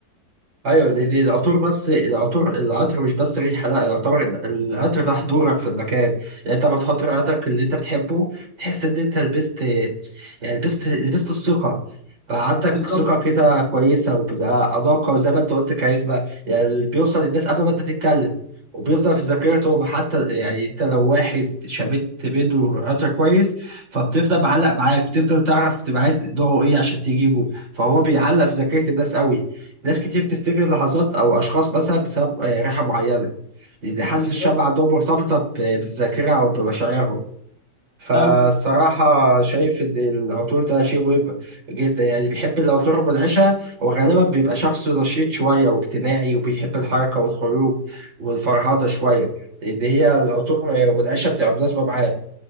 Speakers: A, on the right; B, on the left.
A: ايوه دي دي العطور بس العطور العطر مش بس ريحه لا يعتبر ال- العطر ده حضورك في المكان يعني انت لما تحط عطرك اللي انت بتحبه تحس ان انت لبست يعني لبست لبست الثقه بقى عندك
B: فبالظبط
A: ثقه كده كويسه وبيبقى اناقه وزي ما انت قلت كاريزما يعني اللي بيوصل للناس قبل ما انت تتكلم وبيفضل في ذاكرتهم حتى يعني انت لو واحد شميت بيده عطر كويس فبتفضل معلق معاك بتفضل تعرف تبقى عايز نوعه ايه عشان تجيبه فهو بيعلق في ذاكره الناس قوي ناس كتير بتفتكر لحظات أو أشخاص مثلا بسبب آه، ريحة معينة لأن حاسة
B: بالظبط
A: الشم عندهم مرتبطة ب- بالذاكرة أو بمشاعرهم فالصراحة
B: ايوه
A: شايف إن العطور ده شيء مهم جدا يعني بيحب العطور المنعشة وغالبا بيبقى شخص نشيط شوية واجتماعي وبيحب الحركة والخروج والفرهدة شوية لأن هي العطور المنعشة بتبقى مناسبة معاه